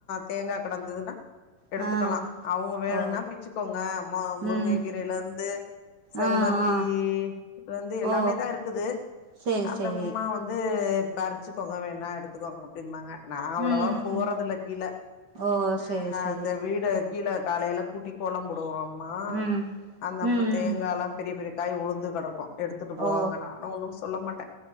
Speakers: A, on the left; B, on the right.
A: தேங்கா கடந்ததுனா எடுத்துகலா
B: ஆ
A: அவுங்க வேணுனா
B: ஓ
A: பிச்சுக்கோங்க மா முருங்ககீரைல
B: ம்
A: இருந்து செம்பருத்தி
B: ஆ ஆ
A: இ இது வந்து எல்லாமே
B: ஓ
A: தா இருக்குது
B: சேரி
A: அந்தம்மா
B: சேரி
A: வந்து பற்ச்சுக்கோங்க வேணா எடுத்துக்கோங்க அப்டிம்பாங்க நா அவ்ளவா
B: ம்
A: போறதில்ல
B: ம்
A: கீழ
B: ஓ
A: அ
B: சேரி சேரி
A: அந்த வீடு கீழ காலேல கூட்டி கோலோ போடும் ஒரு அம்மா
B: ம்
A: அந்தம்மா
B: ம்
A: தேங்காலாம் பெரிய பெரிய காய் வுழுந்து கடக்கு எடுத்துட்டு போவாங்க
B: ஓ
A: நானு ஒண்ணுஸ் சொல்ல மாட்டே